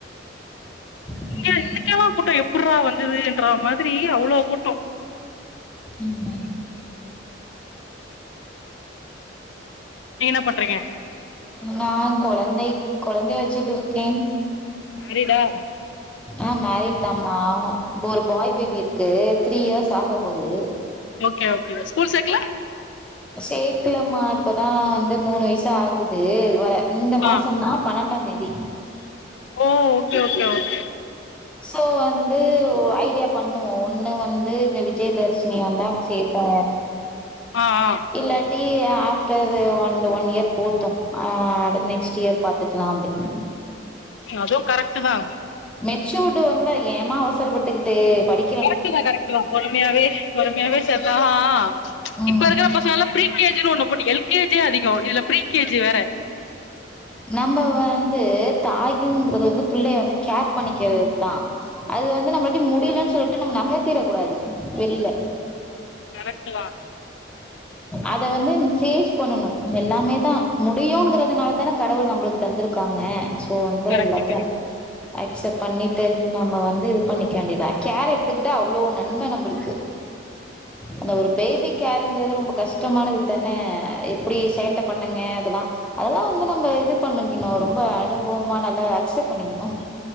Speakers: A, in the centre; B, on the left.
A: ம்
B: டே இன்னிக்கேவா கூட்டோ எப்பர்ரா வந்ததுன்ற மாதிரி அவ்ளோ கூட்டோ
A: ஆமா
B: நீங்க என்ன பண்றீங்க
A: நா கொழந்தை கொழந்தைய வெச்சிட்டு இருக்கேன்
B: மேரிடா
A: அ மேரிட் தாம்மா ஒரு பாய் பேபி இருக்கு த்ரீ யேஸ் ஆகப் போது
B: ஓகே ஓகே ஸ்கூல் சேக்கலா
A: சேக்கலமா இப்பதா வந்து மூணு வய்சு ஆகுது வர இந்த மாசந்தா
B: ஆ
A: பனண்டாந்தேதி
B: ஓ ஓகே ஓகே ஓகே
A: சோ வந்து ஐடியா பண்ணுவோ ஒண்ணு வந்து இந்த வி ஜயதஷ்மி வந்தா சேப்போ
B: ஆ ஆ
A: இல்லாட்டி ஆஃப்டரு ஒன்டு ஒன்னியர் போத்து அ அடு நெக்ஸ் டியர் பாத்துக்லா அப்டின்னு
B: ம் அதுவு கரெக்ட்டு தா
A: மெச்சூர்டு வந்தா ஏமா அவசரப்பட்டுகிட்டு படி
B: கரெக்ட்டுதா கரெக்ட்டுதா பொறுமையாவே பொறுமையாவே சேத்தா ஆ
A: ம்
B: இப்ப இருக்குற பச ங்ளெல்லா ப்ரீ கே ஜி னு ஒண்ணு போட்டு எல் கே ஜி யே அதிகோ இதுல ப்ரீ கே ஜி வேற
A: நம்ம வந்து தாய்ங்கிறது வந்து புள்ளைய வந்து கேர் பண்ணிக்கிறது தா அது வந்து நம்மலாட்டி முடிலன் சொல்லிட்டு நம் நகத்தீர கூடாது வெளில
B: கரெக்ட்டுதா
A: அத வந்து ஃபேஸ் பண்ணணு எல்லாமேதா முடியுங்குறதுனால தான கடவுள் நம்ப்ளுக்கு தந்திருக் காங்க சோ வந்து
B: கரெக்ட்
A: எல்லாத்தியு அக்சப் பண்ணிட்டு நம்ப வந்து இது பண்ணிக்க வேண்டியுதா கேர் எடுத்துக்குட்ட அவ்ளோ நன்ம நம்பளுக்கு அந்த ஒரு பேபி கேருங்கிறது ரொம்ப கஷ்டமானதுதானே எப்டி சேட்ட பண்ணுங்க அதெல்லா அதெல்லா வந்து நம்ப இது பண்ணிக்கிணு ரொம்ப அனுபவமா நல்லா அக்செப் பண்ணிக்கிணு